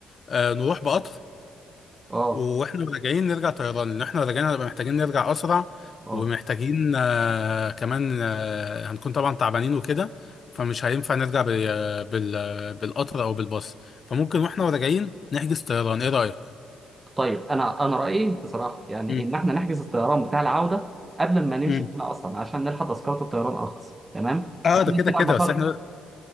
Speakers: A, on the left; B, on the right.
A: آه نروح بقطر
B: اه
A: واحنا راجعين نرجع طيران لان احنا راجعين هنبقى محتاجين نرجع اسرع
B: اه
A: ومحتاجين آه كمان آه هنكون طبعا تعبانين وكده فمش هينفع نرجع بال بال بالقطر او بالباص فممكن واحنا راجعين نحجز طيران ايه رايك
B: طيب انا انا رأيي بصراحة يعني
A: مم.
B: ان احنا نحجز الطيران بتاع العودة قبل ما نمشي
A: مم.
B: من هنا اصلا عشان نلحق تذكرة الطيران ارخص تمام؟
A: اه
B: وكده
A: ده كده
B: كده
A: كده
B: المطار
A: بس احنا